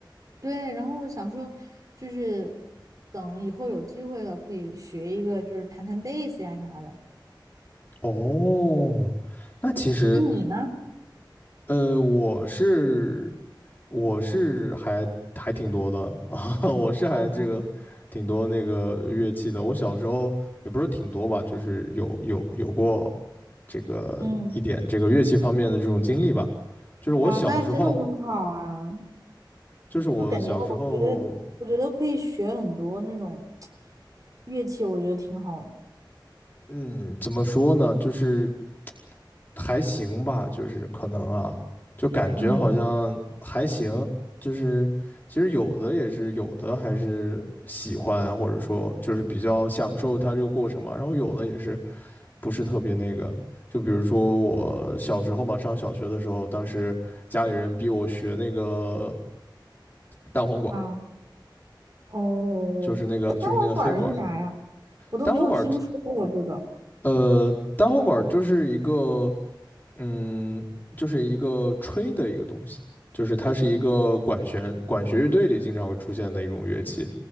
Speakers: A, on the right; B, on the left.
A: 对，然后我想说，就是等以后有机会了，可以学一个，就是弹弹贝斯呀啥的。
B: 哦，那其实，
A: 哎，你呢？
B: 呃，我是我是还还挺多的 <laughs> 啊，我是还这个挺多那个乐器的。
A: 哦，
B: 我小时候也不是挺多吧，就是有有有过这个一点这个乐器方面的这种经历吧。
A: 嗯，
B: 就是我小时候。
A: 哇，那真的很好啊。
B: 就是我小时候，
A: 就感觉我觉得我觉得可以学很多那种乐器，我觉得挺好的。
B: 嗯，怎么说呢，就是还行吧，就是可能啊，就感觉好像还行，
A: 嗯
B: 就是其实有的也是有的还是喜欢，或者说就是比较享受它这个过程嘛，然后有的也是不是特别那个。就比如说我小时候嘛，上小学的时候，当时家里人逼我学那个蛋黄管儿，
A: 啊哦，
B: 就是那个就是那个黑管儿。
A: 那单簧管儿是啥呀？我都没有听说过这个。
B: 蛋黄管儿呃，单簧管儿就是一个，嗯，就是一个吹的一个东西，就是它是一个管弦管弦乐队里经常会出现的一种乐器，